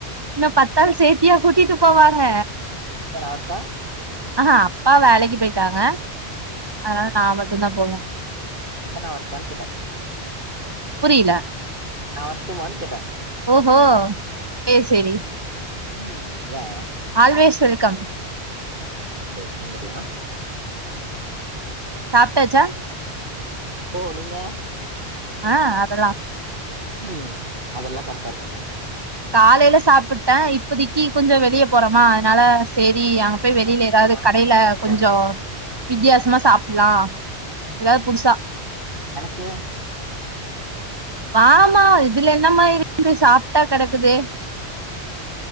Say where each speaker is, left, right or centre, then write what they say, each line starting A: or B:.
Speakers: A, on the right (about 25°); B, on the right (about 50°).
A: இன்னு பத்தாள் சேத்தியா கூட்டிட்டு போவாங்க
B: இல்ல நா வரட்டா
A: அஹா அப்பா வேலைக்கு போயிட்டாங்க அதனால நா மட்டுதா போவோ
B: இல்ல நா வரட்டானு கேட்ட
A: புரில
B: நா வரட்டுமான்னு கேட்ட
A: ஓஹோ சே சேரி
B: ம் யா
A: ஆல்வேஸ் வெல்கம்
B: சரி வந்தர்லா
A: சாப்ட்டாச்சா
B: ஓ நீங்க
A: ஆஹ் அதல்லா
B: உம் அதெல்லா கரெக்டா இருக்கணு
A: காலேல சாப்புட்ட இப்பதைக்கு கொஞ்சோ வெளிய போறோமா அதனால சேரி ரி அங்க போய் வெளில
B: ஃபர்ஸ்ட்
A: எதாவது
B: ஒடம்பு
A: கடைல
B: பாக்க வேண்டியதானே
A: கொஞ்சோ வித்தியாசமா சாப்டலா எதாவது புதுசா
B: எனக்கு
A: ஆமா இதுல என்னமா இருக்குது சாப்ட்டா கெடக்குது